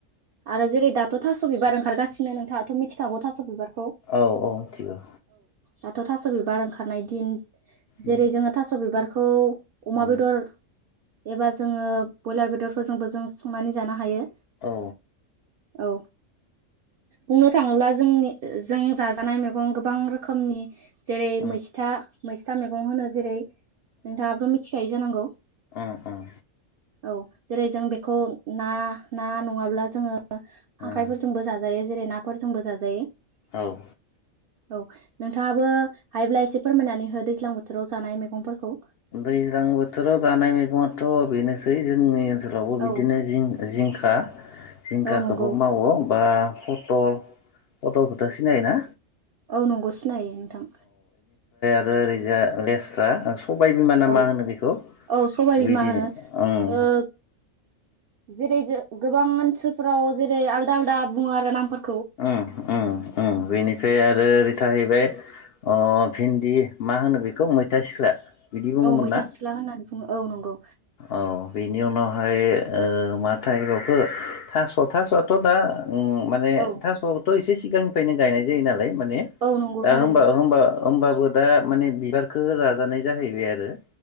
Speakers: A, on the right; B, on the left.
A: आरो जेरै दाथ' थास' बिबार ओंखारगासिनो नोंथाङाथ' मिथिखागौ थास' बिबार।
B: औ औ मिथिगौ।
A: दाथ' थास' बिबार ओंखारनाय दिन। जेरै
B: उम
A: जोङो थास' बिबार खौ अमा
B: उम
A: बेदर एबा जोङो बयलार बेदरफोरजोंबो जों संनानै जानो हायो।
B: औ।
A: औ बुंनो थाङोब्ला जोंनि जों जाजानाय मैगं गोबां रोखोमनि जेरै
B: उम
A: मैसथा मै था मैगं होनो जेरै नोंथाङाथ' मिथिखायो जानांगौ?
B: उम उम
A: औ जेरै जों बेखौ ना ना नङाब्ला जोङो खांख्रायफोरजोंबो
B: उम
A: जाजायो जेरै नाफोरजोंबो जाजायो
B: औ
A: औ नोंथाङाबो हायोब्ला एसे फोरमायनानै हो दैज्लां बोथोराव जानाय मैगंफोरखौ
B: दैज्लां बोथोराव जानाय मैगङाथ' बेनोसै जोंनि ओ नसोलावबो बिदिनो
A: औ
B: जिं-जिंखा जिंखाखोबो
A: औ नंगौ
B: मावो बा पटल पटलखोथ' सिनायोना?
A: औ नंगौ सिनायो नोंथां
B: रो ओरैजा लेस्रा सबाय बिमा ना
A: औ
B: मा होनो बेखौ
A: औ सबाय
B: बिदिनो
A: बिमा होनो ओ
B: ओं
A: जेरै जेरै गोबां ओनसोलफोराव जेरै आलदा आलदा बुङो आरो नामफोर
B: उम उम उम बेनिफ्राय आरो ओरै थाहैबाय अ भिन्दि मा होनो बेखौ मैथा सिख्ला बिदि बुङोमोन
A: औ मैथा
B: ना
A: सिख्ला होननानै बुङो औ नंगौ
B: औ बेनि उनाव हाय ओ माथायै बावखो थास' थास'आथ' दा उम माने
A: औ
B: थास' थ' एसे सिगांनिफ्रायनो गायनाय जायो नालाय माने
A: औ नंगौ
B: दा
A: थारैनो
B: होमबा होमबा होमबाबो दा माने बिबारखो जानाय जाहैबाय आरो